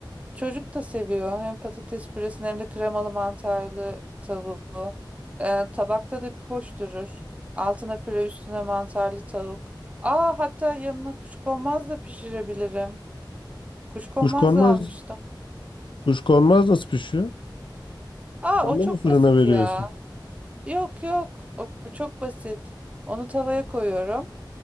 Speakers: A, on the right; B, on the left.
A: çocuk da seviyor. Hem patates püresini hem de kremalı mantarlı tavuğu. Ee, tabakta da hoş durur. Altına püre üstüne mantarlı tavuk. Aa hatta yanına kuşkonmaz da pişirebilirim. Kuşkonmaz
B: Kuşkonmaz,
A: da almıştım.
B: kuşkonmaz nasıl pişiyor?
A: Aa
B: Onunla
A: o çok
B: mı fırına
A: basit
B: veriyorsun?
A: ya. Yok yok o o çok basit. Onu tavaya koyuyorum.